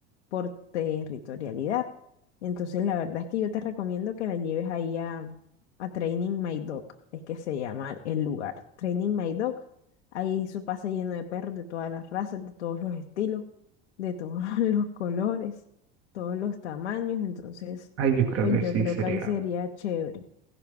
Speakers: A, on the left (about 80°); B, on the right (about 45°).
A: por territorialidad. Entonces, la verdad es que yo te recomiendo que la lleves ahí a, a Training My Dog, es que se llama el lugar. Training My Dog, ahí eso pasa lleno de perros de todas las razas, de todos los estilos, de todos <laughs> los colores, todos los tamaños. Entonces,
B: Ay, yo creo
A: pues
B: que
A: yo
B: sí,
A: creo
B: sería,
A: que ahí sería chévere.